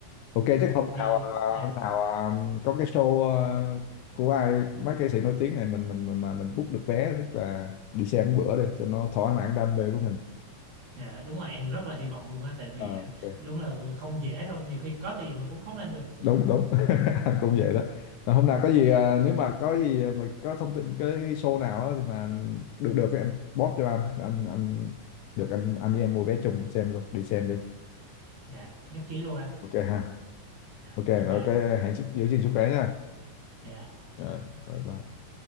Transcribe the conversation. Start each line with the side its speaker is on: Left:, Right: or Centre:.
Left: ok
Right: Ừm,
Left: chắc hôm
Right: thì
Left: nào à,
Right: dạ
Left: hôm nào à, có cái show à, của ai mấy ca sĩ nổi tiếng này mình mình mình mà mình book được vé tức là đi xem một bữa đi cho nó thỏa mãn đam mê của mình
Right: dạ đúng là em rất là hy vọng luôn á tại vì
Left: Ờ,
Right: à,
Left: ok
Right: đúng là không dễ đâu, nhiều khi có tiền mà cũng không làm được.
Left: đúng đúng <laughs> anh cũng vậy đó Rồi hôm nào có gì à, nếu mà có gì mà có thông tin cái show nào á thì mà được được em post cho anh anh anh được anh anh với em mua vé chung xem luôn đi xem đi
Right: Dạ, nhất trí luôn anh.
Left: ok ha
Right: Dạ,
Left: ok rồi
Right: bye bye anh.
Left: cái hẹn giữ gìn sức khỏe nha
Right: Dạ.
Left: rồi bye bye